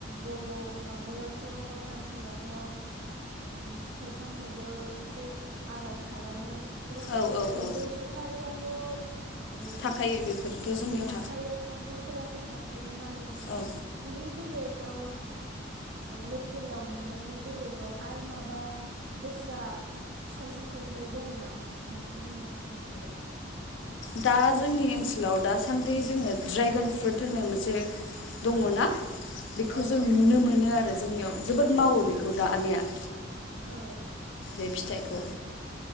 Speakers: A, on the right; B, on the left.
A: बर' माबायावथ' ओनसोलावथ' फिथाइ ओ सामथाइबो एसे आबाद खालामो। थ
B: औ औ
A: थाइजौ
B: औ
A: सुफारियाथ' बेबायदि
B: थाखायो बेफोरथ' जोंनियाव
A: थाखायो खान्थाल फोराथ' थाखायो नारेंफोराबो
B: औ
A: बिनि बेलेगाव ओ लकेलाव मोननायनि बेलेगाव आरो माबा दस्रा फिथाइ सामथायाइफोर दङ नामा नोंथां मोननिथिंजाय?
B: दा जोंनि ओनसोलाव दासान्दि जोङो ड्रेगन फ्रुट होननाय मोनसे दङ ना बेखौ
A: औ
B: जों
A: औ
B: नुनो मोनो आरो जोंनियाव जोबोद मावो बेखौ दानिया।
A: औ
B: बे फिथाइखौ